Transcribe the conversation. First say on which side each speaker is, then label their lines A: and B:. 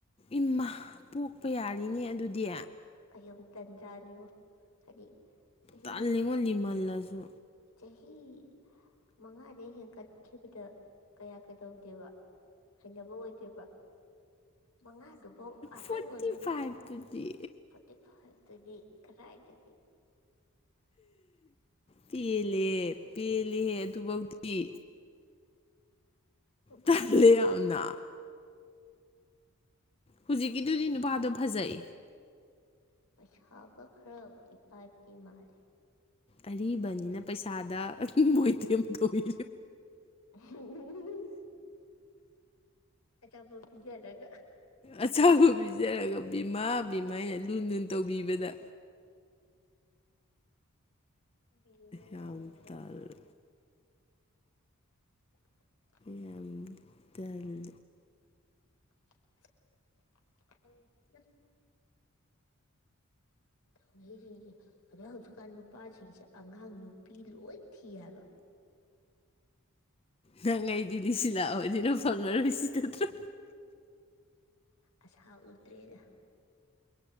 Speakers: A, on the left; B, on the left.
A: ꯏꯃꯄꯣꯛ ꯀꯞꯄ ꯌꯥꯔꯤꯅꯦ ꯑꯗꯨꯗꯤ
B: ꯑꯩ ꯑꯃꯨꯛ ꯇꯟꯖꯥꯅꯦꯕꯣ ꯍꯥꯏꯗꯤ ꯆꯍꯤ
A: ꯇꯜꯂꯤꯉꯣ ꯂꯤꯃꯜꯂꯁꯨ
B: ꯆꯍꯤ ꯃꯉꯥꯗ ꯍꯦꯟꯀꯠꯈꯤꯕꯗ ꯀꯌꯥ ꯀꯩꯗꯧꯗꯦꯕ ꯍꯩꯅꯕ ꯑꯣꯏꯗꯦꯕ ꯃꯉꯥꯗꯨꯐꯥꯎ ꯑꯁꯟ
A: ꯐꯣꯔꯇꯤ
B: ꯑꯣꯏꯃꯗꯦꯗ
A: ꯐꯥꯏꯚꯇꯨꯗꯤ
B: ꯐꯣꯔꯇꯤ ꯐꯥꯏꯚꯇꯨꯗꯤ ꯈꯔꯥꯏꯗꯗꯤ
A: ꯄꯦꯜꯂꯦ ꯄꯦꯜꯂꯦ ꯑꯗꯨꯐꯧꯗꯤ
B: ꯑ ꯄꯗ
A: ꯇꯜꯂꯦ
B: ꯆꯨꯝ ꯃꯁꯥꯎꯁꯊꯤ
A: ꯌꯥꯝꯅ ꯍꯧꯖꯤꯛꯀꯤꯗꯨꯗꯤ ꯅꯨꯄꯥꯗꯣ ꯐꯖꯩ
B: ꯄꯩꯁꯥꯒ ꯈꯔꯗꯤ ꯄꯥꯏꯞꯗꯤ ꯃꯥꯜꯂꯦ
A: ꯑꯔꯤꯕꯅꯤꯅ ꯄꯩꯁꯥꯗ ꯃꯣꯏꯦꯝ ꯇꯧꯤ
B: ꯎꯝ ꯑꯆꯥꯄꯣ ꯄꯤꯖꯔꯒ
A: ꯑꯆꯥꯕꯨ ꯄꯤꯖꯔꯒ ꯕꯤꯃꯥ ꯕꯤꯃꯥꯏ ꯂꯨꯟ ꯂꯨꯟ ꯇꯧꯕꯤꯕꯗ
B: ꯕꯤ ꯃꯅꯄꯪ
A: ꯌꯥꯝ
B: ꯍꯥꯏꯦ
A: ꯇꯜꯂꯦ
B: ꯎ
A: ꯌꯥꯝ ꯇꯜꯂꯦ
B: <unintelligible> ꯧꯩꯁꯤꯡꯁꯦ ꯑꯗꯨꯖꯤꯛ ꯍꯧꯖꯤꯛꯀꯥꯟ ꯅꯨꯄꯥꯁꯤꯡꯁꯦ ꯑꯉꯥꯡ ꯅꯨꯄꯤ ꯂꯣꯏ ꯊꯤ ꯍꯥꯏꯕ
A: ꯅꯪ ꯑꯩꯗꯤꯗꯤ ꯁꯤ ꯂꯥꯛꯑꯕꯅꯤꯅ ꯐꯪꯅꯔꯣꯏ ꯁꯤ ꯅꯠꯇ꯭ꯔꯣ
B: ꯑꯁꯍ ꯎꯠꯇ꯭ꯔꯦꯗ